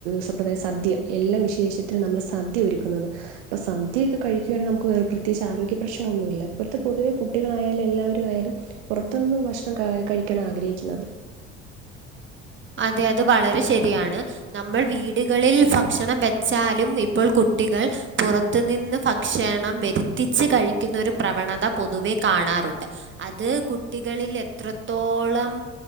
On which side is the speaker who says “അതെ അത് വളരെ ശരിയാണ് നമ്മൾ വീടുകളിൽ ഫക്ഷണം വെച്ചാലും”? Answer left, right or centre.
Right